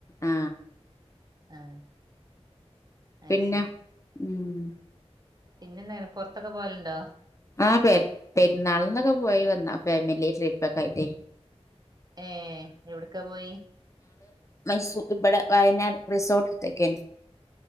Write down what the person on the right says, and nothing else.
ആ അയ്
ശരി
പിന്നെ എന്താങ്ങനെ പുറത്തൊക്കെ പോവലുണ്ടോ
എ എവിടക്കാ പോയി